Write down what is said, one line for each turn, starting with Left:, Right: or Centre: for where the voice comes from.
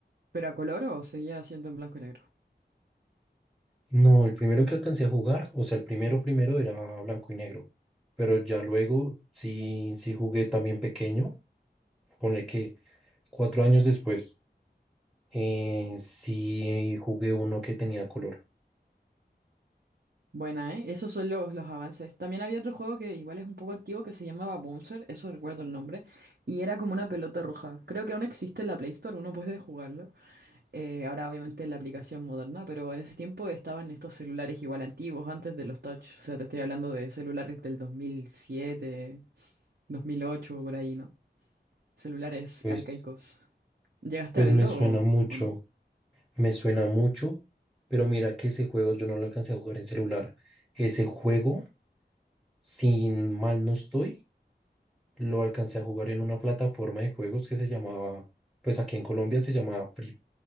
Right: ¿Pero a color o seguía siendo en blanco y negro?
Centre: No, el primero que alcancé a jugar, o sea, el primero primero era blanco y negro, pero ya luego sí, sí jugué también pequeño, ponle que cuatro años después. Eh, sí, jugué uno que tenía color.
Right: Buena, ¿eh? Esos son los, los avances. También había otro juego que igual es un poco antiguo que se llamaba Bouncer, eso recuerdo el nombre, y era como una pelota roja. Creo que aún existe en la Play Store, uno puede jugarlo. Eh, ahora obviamente en la aplicación moderna, pero en ese tiempo estaban estos celulares igual antiguos, antes de los touch. O sea, te estoy hablando de celulares del 2007, 2008, por ahí, ¿no? Celulares
Centre: Pues,
Right: arcaicos. ¿Llegaste
Centre: pues
Right: a verlo
Centre: me suena
Right: o,
Centre: mucho,
Right: o no?
Centre: me suena mucho, pero mira que ese juego yo no lo alcancé a jugar en celular. Ese juego, sin mal no estoy, lo alcancé a jugar en una plataforma de juegos que se llamaba, pues aquí en Colombia se llamaba Free,